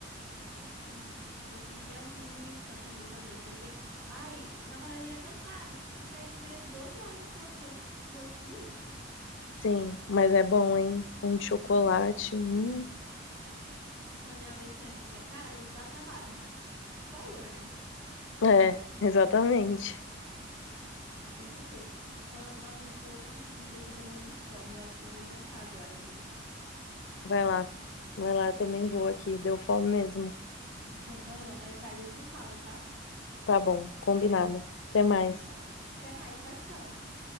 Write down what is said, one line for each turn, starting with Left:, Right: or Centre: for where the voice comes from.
Right: Ah, eu queria muito aprender a fazer, porque, ai, na padaria é tão caro. Tipo, você vai comer 12 reais um croissant, Deus me livre.
Left: Sim, mas é bom, hein? Um de chocolate. Hum.
Right: Só que daí, ao mesmo tempo que é caro, dá trabalho, então valor, né?
Left: É, <laughs> exatamente.
Right: Dá pra entender. Fala... Nossa, a gente falou tanto em comida que eu tô morrendo de fome. Eu acho que eu vou jantar agora, amiga.
Left: Vai lá. Vai lá, eu também vou aqui. Deu fome mesmo.
Right: Então tá bom, mais tarde a gente se fala, tá?
Left: Tá bom, combinado. Até mais.
Right: Tá. Até mais, tchau, tchau.